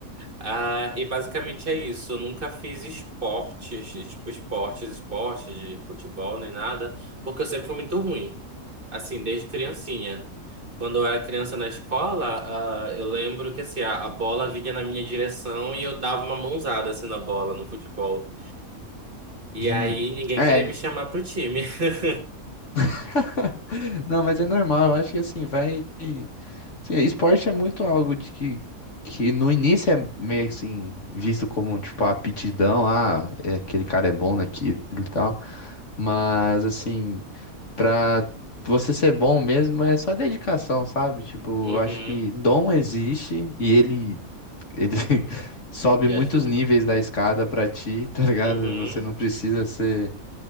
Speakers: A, on the right (about 40°); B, on the left (about 55°).
A: Ah, e basicamente é isso. Eu nunca fiz esportes, tipo esportes, esportes de futebol nem nada, porque eu sempre fui muito ruim, assim, desde criancinha. Quando eu era criança na escola, ah, eu lembro que assim, a, a bola vinha na minha direção e eu dava uma mãozada assim na bola, no futebol. E
B: Hum.
A: aí ninguém
B: É,
A: queria me chamar pro time. <laughs>
B: <laughs> Não, mas é normal, eu acho que assim, vai. Sim, esporte é muito algo de que, que no início é meio assim, visto como tipo a aptidão, ah, é, aquele cara é bom naquilo e tal. Mas assim, pra você ser bom mesmo é só dedicação, sabe? Tipo,
A: Uhum,
B: eu acho que dom existe e ele, ele <laughs> sobe
A: e
B: muitos
A: ajuda.
B: níveis da escada pra ti, tá ligado?
A: Uhum,
B: Você não precisa ser,